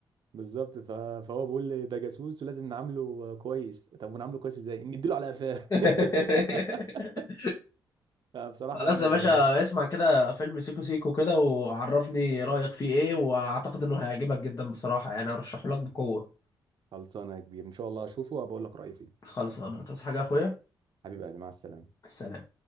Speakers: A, on the right (about 65°); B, on the left (about 40°).
A: بالظبط ف... فهو بيقول لي ده جاسوس ولازم نعامله كويس طب ونعامله كويس ازاي نديله على قفاه
B: <laughs>
A: <laughs> فبصراحه
B: خلاص
A: يعني
B: يا باشا اسمع كده فيلم سيكو سيكو كده وعرفني رأيك فيه ايه واعتقد انه هيعجبك جدا بصراحة يعني ارشحه لك بقوة
A: خلصانه يا كبير ان شاء الله اشوفه وبقول لك رايي فيه
B: خلص انا تصحى حاجة يا اخويا
A: حبيب قلبي مع السلامه
B: السلام